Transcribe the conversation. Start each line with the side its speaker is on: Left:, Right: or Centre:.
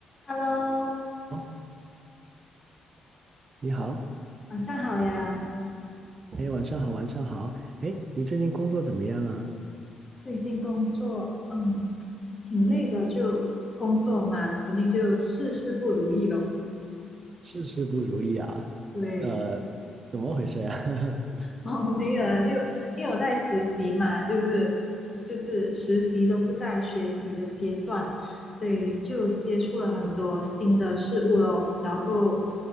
Left: Hello，
Right: 哦，你好，
Left: 晚上好呀。
Right: 哎，晚上好，晚上好，哎，你最近工作怎么样啊？
Left: 最近工作，嗯，挺累的，就工作嘛，肯定就事事不如意咯。
Right: 事事不如意啊？
Left: 对，
Right: 呃，怎么回事呀、啊？
Left: <laughs> 哦，没有啊，就因为我在实习嘛，就是就是实习都是在学习的阶段，所以就接触了很多新的事物咯。然后，